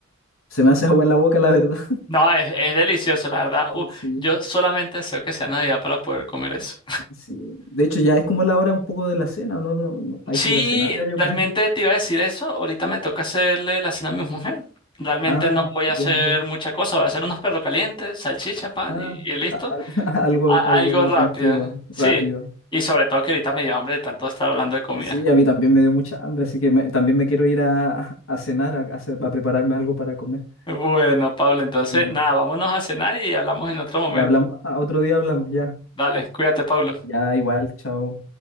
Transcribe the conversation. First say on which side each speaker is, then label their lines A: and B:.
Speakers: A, on the left; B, on the left.
A: se me hace agua en la boca, la verdad.
B: No, es, es delicioso, la verdad. Uh,
A: <laughs> Sí,
B: yo solamente deseo que sea Navidad para poder comer eso.
A: sí. De hecho, ya es como la hora un poco de la cena, ¿no? No- no, hay
B: Sí,
A: que ir a cenar ya, yo
B: realmente
A: creo.
B: te iba a decir eso. Ahorita me toca hacerle la cena a mi mujer. Realmente
A: Ah,
B: no voy a
A: ya,
B: hacer
A: ya.
B: mucha cosa. Voy a hacer unos perros calientes, salchicha, pan
A: Ah,
B: y, y listo.
A: a- al- <laughs> algo,
B: A-
A: algo
B: algo rápido.
A: tranquilo, rápido.
B: Sí. Y sobre todo que ahorita me dio hambre de tanto estar hablando de comida.
A: Sí, a mí también me dio mucha hambre, así que me- también me quiero ir a, a cenar, a, a hacer- a prepararme algo para comer.
B: Bueno, Pablo, entonces
A: Bueno,
B: nada, vámonos a cenar y hablamos en otro momento.
A: ya hablamos, a- otro día hablamos, ya.
B: Dale, cuídate, Pablo.
A: Ya, igual, chao.